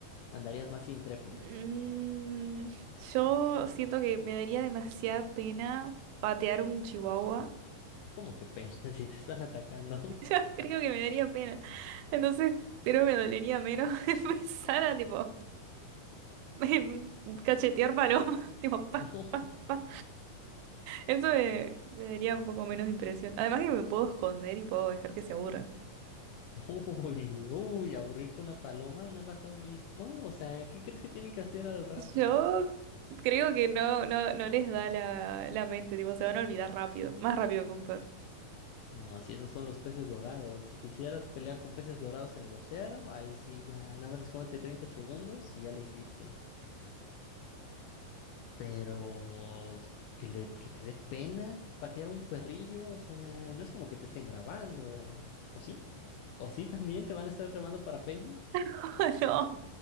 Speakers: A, on the left; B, on the right.
A: ¿Andarías más intrépida?
B: Mm, yo siento que me daría demasiada pena patear un chihuahua.
A: ¿Cómo que pena <laughs> si te están atacando?
B: <laughs> Yo creo que me daría pena. Entonces creo que me dolería menos <laughs> empezar a tipo em, cachetear paloma. <laughs> Tipo, pa,
A: <laughs>
B: pa, pa. Eso me, me daría un poco menos de impresión. Además que me puedo esconder y puedo dejar que se aburran.
A: No, uy, uy, aburrirse una paloma, ¿no las has visto? O sea, ¿qué crees que tienen que hacer al rato?
B: Yo creo que no, no, no les da la, la mente, tipo, se van a olvidar rápido, más rápido que un perro.
A: No, si esos son los peces dorados. Si quisieras pelear con peces dorados en el océano, ahí sí ya, nada más escóndete 30 segundos y ya le hiciste. Pero que le, que te dé pena patear un perrillo, o sea, no es como que te estén grabando, ¿ah? ¿o sí? ¿O sí también te van a estar grabando para Facebook?
B: <laughs> No,